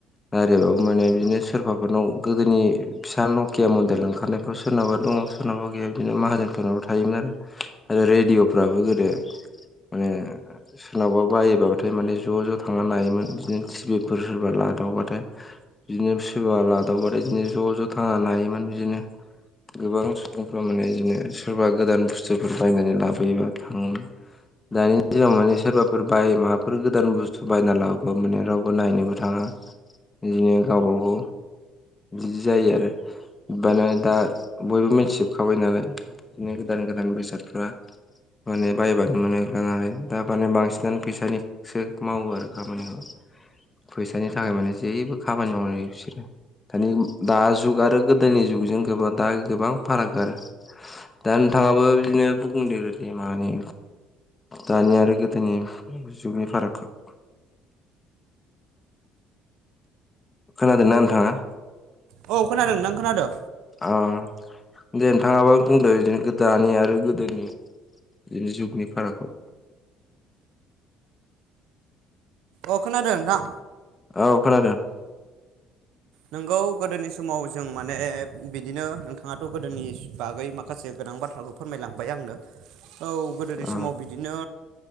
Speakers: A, on the left (about 15°); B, on the right (about 80°).
A: रायलायबाबो माने बिदिनो सोरबाफोरनाव गोदोनि फिसा नकिया मन्दिर ओंखारनायफ्राव सोरनाबा दङ सोरनावाबा गैया बिदिनो माहाजोनफोरनावा थायोमोन आरो। आरो रेडिअ'फ्राबो गोदो माने सोरनावबा बायोबाथाय माने ज' ज' थांना नायोमोन बिदिनो टिभिफोर सोरबा लादावबाथाय बिदिनो सोरबा लादावबाथाय बिदिनो ज' ज' थांना नायोमोन बिदिनो गोबां सुबुंफ्रा माने बिदिनो सोरबा गोदान बुस्थुफोर बायनानै लाबोयोबा थाङोमोन दानि दिगाव माने सोरबाफोर बाय माबाफोर गोदान बुस्थु बायना लाबोबा माने रावबो नायनोबो थाङा बिदिनो गावबाागाव बिदि जायो आरो बायनानै दा बयबो मिथिजोबखाबाय नालाय बिदिनो गोदान गोदान बेसादफ्रा माने बायबानो मोनोलाय दा माने बांसिनानो फैसानि सो मावो आरो खामानिखौ फैसानि थाखाय माने जेबो खामानि मावनाय बिसोरो दानि दा जुग आरो गोदोनि जुगजों गोब दा गोबां फाराग आरो। दा नोंथाङाबो बिदिनो बुंदेरो दे मानि दानि आरो गोदोनि जुगनि फारागखौ खोनादोना नोंथाङा
B: औ खोनादों नोंथां खोनादों।
A: अ दे नोंथाङाबानो बुंदों बिदिनो दानि आरो गोदोनि बिदिनो जुगनि फारागखौ
B: अ खोनादों नोंथां।
A: औ खोनादों
B: नोंगौ गोदोनि समाव जों माने बिदिनो नोंथाङाथ' गोदोनि बागै माखासे गोनां बाथ्राखौ फोरमायलांबाय आंनो औ गोदोनि
A: अ
B: समाव बिदि बिदिनो